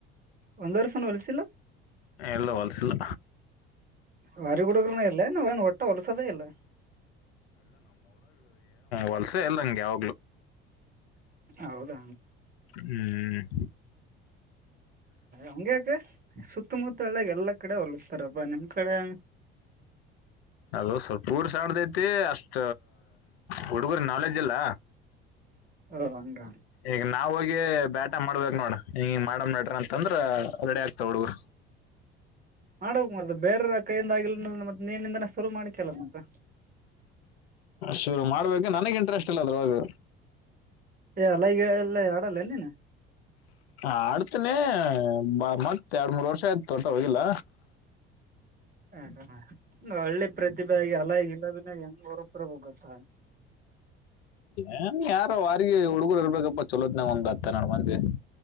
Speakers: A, on the right; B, on the left.
A: ಒಂದ್ ವರ್ಷನ ಹೊಲ್ಸಿಲ್ಲ
B: ಇಲ್ಲ ಹೊಲಸಿಲ್ಲ
A: ವಾರಿ ಹುಡುಗರುನ ಇಲ್ಲೇನ್ ಏನ್ ಒಟ್ಟ ಹೊಲ್ಸದೇ ಇಲ್ಲ
B: ವಲಸೆ ಇಲ್ಲ ನಂಗೆ ಯಾವಾಗ್ಲು
A: ಹೌದ
B: ಹ್ಮ್
A: ಹಂಗ್ಯಾಕ ಸುತ್ತಮುತ್ತ ಹಳ್ಳ್ಯಗ ಎಲ್ಲಾ ಕಡೆ ಹೊಲಸ್ತರಪ್ಪಾ ನಿಮ್ ಕಡೆ
B: ಅದು ಸ್ವಲ್ಪ ಊರು ಸಣ್ದೈತಿ ಅಷ್ಟ ಹುಡುಗರ ನಾಲೆಜ್ ಇಲ್ಲ
A: ಓ ಹಂಗ
B: ಈಗ ನಾವು ಹೋಗಿ ಗೆ ಬ್ಯಾಟ ಮಾಡ್ಬೇಕ್ ನೋಡ ಹಿಂಗಿಂಗ ಮಾಡ ನಡ್ರಿ ಅಂತಂದ್ರ ರೆಡಿ ಆಗ್ತಾವ ಹುಡುಗ್ರ
A: ಮಡ್ಬೇಕ ಮತ್ತ ಬೇರರ ಕೈಯಿಂದ ಆಗಿಲ್ಲ ಮತ್ತ ನೀನಿಂದನ ಶುರು ಮಾಡಕ್ಯಲ್ಲ ಮತ್
B: ಶುರು ಮಾಡ್ಬೇಕ ನನಗ್ ಇಂಟ್ರೆಸ್ಟ್ ಇಲ್ಲ ಅದ್ರ ಒಳಗ್
A: ಎ ಅಲೈಗ ಎಲ್ಲ ಆಡಲ್ಲೆನ
B: ಆಡ್ತನೆ ಬ ಮತ್ತ್ ಎರಡ್ ಮೂರ್ ವರ್ಷ ಆಯ್ತು ಒಟ್ಟ ಹೋಗಿಲ್ಲ
A: ಹ ಹ್ಮ್ಮ್ ಒಂದ ಒಳ್ಳೆ ಪ್ರತಿಭೆ ಆಗಿ ಅಲ್ಲ ಇಲ್ಲದನ್ನಾಗ <unintelligible> ಗುರುಪ್ರಭುಗತ <unintelligible>
B: ಏನ್ ಯಾರ ವಾರಿಗಿ ಹುಡುಗರು ಇರ್ಬೇಕಪ್ಪ. ಚೊಲೋತನಗ ಇರ್ಬೆಕ್ ಒಂದ್ ಹತ್ತ ಹನ್ನೇಡ್ ಮಂದಿ.